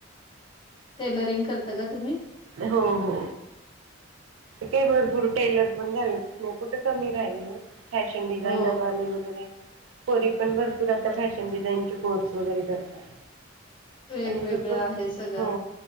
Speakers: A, on the left (about 25°); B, on the right (about 75°).
A: टेलरिंग करता का तुम्ही
B: हो हो काही भरपूर टेलर पण झाले नाही कुठं कमी राहिल फॅशन डिझाईनरवाले
A: हो
B: वगैरे पोरी पण भरपूर आता फॅशन डिझाईनचे कोर्स वगैरे करतात
A: वेगवेगळं
B: आणि भरपूर
A: आहे सगळं
B: हो